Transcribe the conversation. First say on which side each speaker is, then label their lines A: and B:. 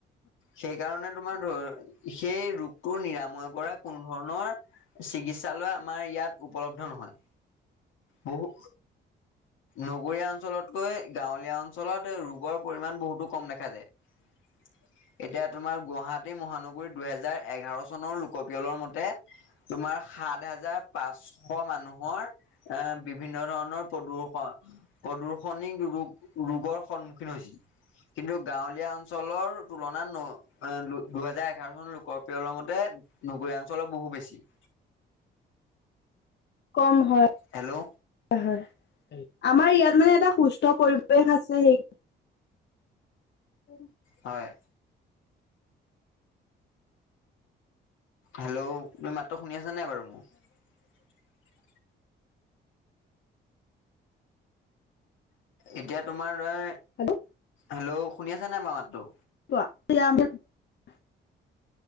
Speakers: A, on the left; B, on the left.
A: সেইকাৰণে তোমাৰ ধৰ সেই ৰোগটো নিৰাময় কৰা কোনো ধৰণৰ চিকিৎসালয় আমাৰ ইয়াত উপলব্ধ নহয়। বহু নগৰীয়া অঞ্চলতকৈ গাঁৱলীয়া অঞ্চলত ৰোগৰ পৰিমাণ বহুতো কম দেখা যায়। এতিয়া তোমাৰ গুৱাহাটী মহানগৰীত দুহেজাৰ এঘাৰ চনৰ লোকপিয়লৰ মতে তোমাৰ সাত হাজাৰ পাঁচশ মানুহৰ এ বিভিন্ন ধৰণৰ প্ৰদূষন প্ৰদূষনিক ৰোগ ৰোগৰ সন্মুখীন হৈছিল, কিন্তু গাঁৱলীয়া অঞ্চলৰ তুলনাত ন দুহেজাৰ এঘাৰ চন লোকৰ প্ৰিয়লৰ মতে নগৰীয়া অঞ্চলৰ বহু বেছি। <inaudible>
B: কম হয়
A: হেল্ল'
B: হয়। আমাৰ ইয়াত মানে এটা সুস্থ পৰিৱেশ আছে সেই উ <unintelligible>
A: হয়। হেল্ল' তুমি মাত্ৰ শুনি আছা নাই বাৰু মোক? এতিয়া তোমাৰ দৰা
B: হেল্ল'
A: হেল্ল' শুনি আছে নাই বাৰ মাতো।
B: <unintelligible>